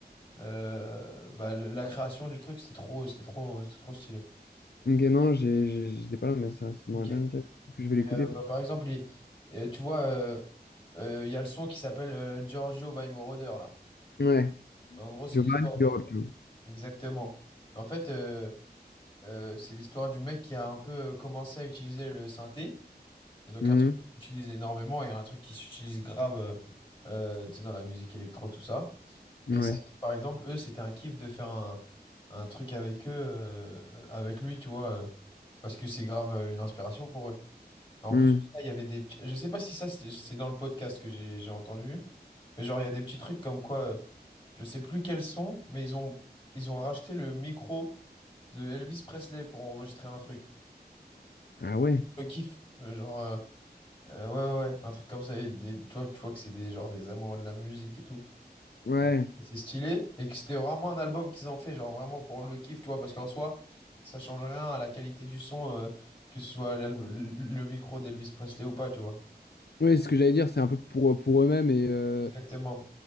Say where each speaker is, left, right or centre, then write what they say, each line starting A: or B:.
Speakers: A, on the left; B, on the left.
A: euh, bah, le- la création du truc. C'était trop, c'était trop, c'était trop stylé.
B: ok, non, j'ai- j'ai- j'étais pas là, mais ça, ça m'aurait
A: Ok.
B: bien intéressé. Je
A: Mais
B: vais l'écouter.
A: euh, bah, par exemple, il- euh, tu vois, euh, euh, il y a le son qui s'appelle euh, Giorgio by Moroder là.
B: Ouais.
A: En gros, c'est
B: Giovanni
A: une l'histoire.
B: Giorgio.
A: Exactement. En fait... euh, Euh, c'est l'histoire du mec qui a un peu euh, commencé à utiliser le synthé. Et donc
B: Mhm.
A: un truc qui s'utilise énormément et un truc qui s'utilise grave euh, euh, tu sais, dans la musique électro, tout ça.
B: Ouais.
A: Et ça, par exemple, eux, c'était un kiff de faire un, un truc avec eux, euh, euh, avec lui, tu vois, euh, parce que c'est grave euh, une inspiration pour eux. En
B: Mhm.
A: plus de ça, il y avait des petits... Je sais pas si ça, c'est c'est dans le podcast que j'ai j'ai entendu, mais genre, il y a des petits trucs comme quoi, euh, je sais plus quels sont, mais ils ont, ils ont racheté le micro de Elvis Presley pour enregistrer un truc.
B: Ah ouais.
A: Le kiff, euh, genre, euh, euh, ouais, ouais, ouais, un truc comme ça. et des, tu vois, tu vois que c'est des, genre, des amoureux de la musique et tout.
B: Ouais.
A: Et, et c'est stylé. Et que c'était vraiment un album qu'ils ont fait, genre, vraiment pour le kiff, tu vois, parce qu'en soi, ça change rien à la qualité du son, euh, que ce soit l'al- le, le micro d'Elvis Presley ou pas, tu vois.
B: Ouais, ce que j'allais dire, c'est un peu pour, pour eux-mêmes et euh,
A: Exactement.